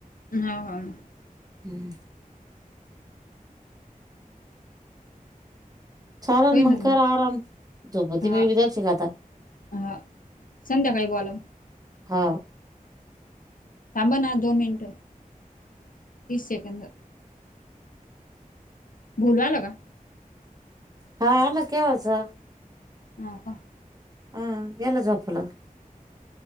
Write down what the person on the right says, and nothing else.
ह <inaudible> चालल
मग
करा आराम, झोपती
मी बी दराशिक आता.
ह्म.
हा आला केव्हाचा.
ह्म गेलं झोपलं.